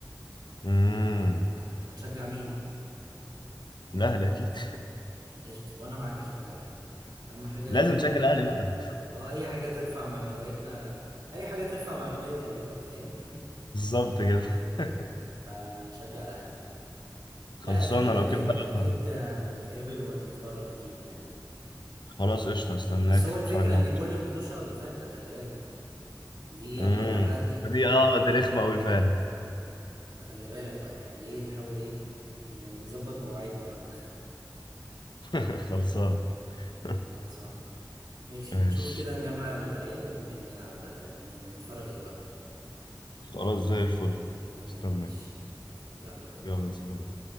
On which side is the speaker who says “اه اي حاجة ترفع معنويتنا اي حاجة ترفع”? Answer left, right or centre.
Right